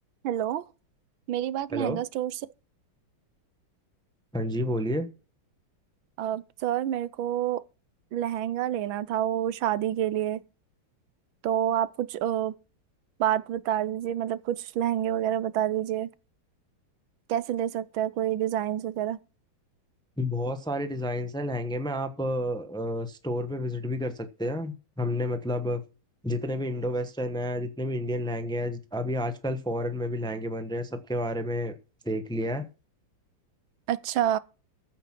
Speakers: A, on the right; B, in the centre.
A: Hello मेरी बात
B: Hello
A: lehenga store से
B: हाँ जी बोलिए
A: अ, सर मेरे को लहंगा लेना था वो शादी के लिए तो आप कुछ अ, बात बता दीजिए मतलब कुछ लहंगे वगैरह बता दीजिए कैसे ले सकते हैं कोई डिजाइन वगैरह
B: बहुत सारे डिजाइन हैं लहंगे में आप स्टोर पे विजिट भी कर सकते हैं हमने मतलब जितने भी इंडो वेस्टर्न है जितने भी इंडियन लहंगे हैं जित- अभी आजकल फॉरेन में भी लहंगे बन रहे हैं सबके बारे में देख लिया है
A: अच्छा